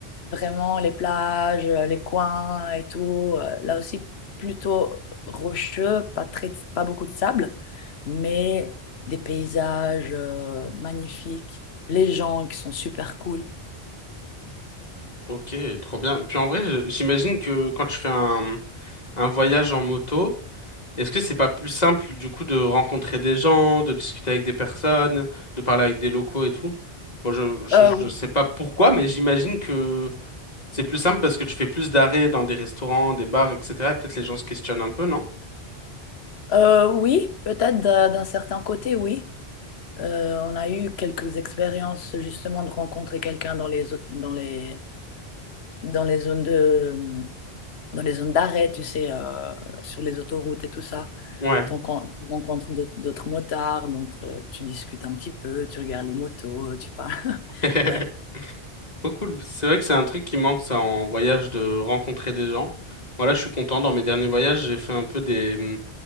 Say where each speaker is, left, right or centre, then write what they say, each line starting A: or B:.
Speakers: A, on the left; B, on the left.
A: Vraiment, les plages, euh, les coins et tout. euh, Là aussi, plutôt rocheux, pas très, pas beaucoup de sable, mais des paysages euh, magnifiques, les gens qui sont super cool.
B: Ok, trop bien. Puis en vrai, je- j'imagine que quand tu fais un, un voyage en moto, est-ce que c'est pas plus simple du coup de rencontrer des gens, de discuter avec des personnes, de parler avec des locaux et tout? Bon, je, je,
A: Euh,
B: je sais pas pourquoi, mais j'imagine que C'est plus simple parce que tu fais plus d'arrêts dans des restaurants, des bars, etc. Et peut-être les gens se questionnent un peu, non?
A: euh, oui, peut-être d'un d'un certain côté, oui. Euh, on a eu quelques expériences justement de rencontrer quelqu'un dans les, zo- dans les, dans les zones de, dans les zones d'arrêt, tu sais, euh, sur les autoroutes et tout ça.
B: Ouais.
A: T'en con- Tu rencontres d'aut- d'autres motards, donc euh, tu discutes un petit peu, tu regardes les motos, tu parles. <laughs>
B: <laughs>
A: Ouais.
B: Trop cool. C'est vrai que c'est un truc qui manque, ça, en voyage, de rencontrer des gens. Voilà, je suis content. Dans mes derniers voyages, j'ai fait un peu des, hum,